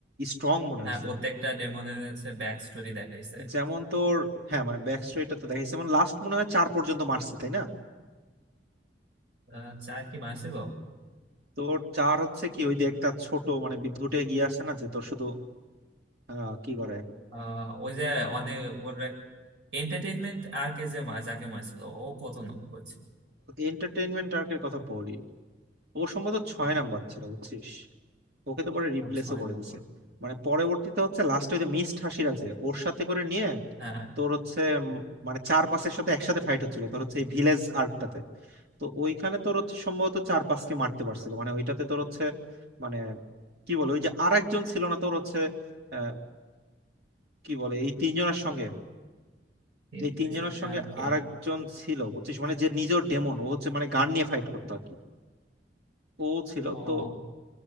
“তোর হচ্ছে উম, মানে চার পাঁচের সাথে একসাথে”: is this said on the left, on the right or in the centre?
Right